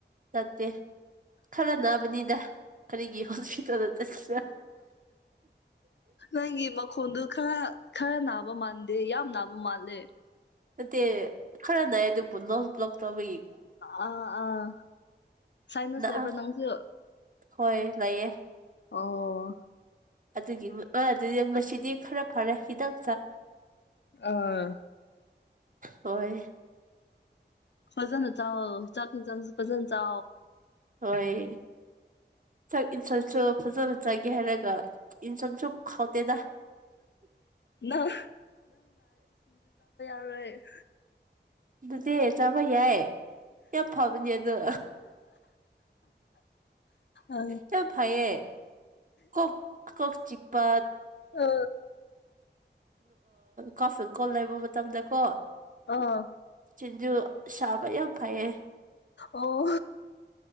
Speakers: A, on the right (about 45°); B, on the left (about 70°).
A: ꯆꯠꯇꯦ ꯈꯔ ꯅꯥꯕꯅꯤꯗ ꯀꯔꯤꯒꯤ ꯍꯣꯁꯄꯤꯇꯥꯜꯗ ꯆꯠ
B: ꯅꯪꯒꯤ ꯃꯈꯣꯟꯗꯨ ꯈꯔ ꯈꯔ ꯅꯥꯕ ꯃꯥꯟꯗꯦ ꯌꯥꯝ ꯅꯥꯕ ꯃꯥꯜꯂꯦ
A: ꯑ ꯈꯔ ꯅꯥꯌꯦ ꯑꯗꯨꯕꯨ ꯅꯜ ꯭ꯂꯛ ꯇꯕ
B: ꯑꯥ ꯑꯥ ꯁꯥꯏꯅꯥꯁ
A: ꯅ
B: ꯂꯩꯕꯔ ꯅꯪꯁꯨ
A: ꯍꯣꯏ ꯂꯩꯌꯦ
B: ꯑꯣ
A: ꯑꯗꯨꯒꯤ ꯑꯗꯨꯗꯤ ꯉꯁꯤꯗꯤ ꯈꯔ ꯐꯔꯦ ꯍꯈꯤꯗꯪ
B: ꯑꯥ
A: ꯍꯣꯏ
B: ꯐꯖꯅ ꯆ ꯆꯥꯛ ꯆ ꯐꯖꯅ ꯆ
A: ꯍꯣꯏ ꯁꯥꯛ ꯌꯦꯟꯁꯥꯡꯁꯨ ꯐꯖꯅ ꯆꯒꯦ ꯍꯥꯏꯔꯒ ꯌꯦꯟꯁꯥꯡꯁꯨ ꯈꯥꯎꯇꯦꯗ
B: ꯅꯪ ꯍꯔꯣꯏ
A: ꯑꯗꯨꯗꯤ ꯆꯥꯕ ꯌꯥꯏ ꯌꯥꯝ ꯐꯕꯅꯦ ꯑꯗꯣ
B: ꯑ
A: ꯁꯤ ꯐꯥꯏꯌꯦ ꯀꯣꯛ ꯀꯣꯛ ꯆꯤꯛꯄ
B: ꯑ
A: ꯀꯥꯐꯤꯟ ꯀꯣꯜ ꯂꯩꯕ ꯃꯇꯝꯗ ꯀꯣ
B: ꯑꯥ
A: ꯆꯖꯨ ꯁꯥꯥꯕꯩ ꯐꯌꯦ
B: ꯑꯣ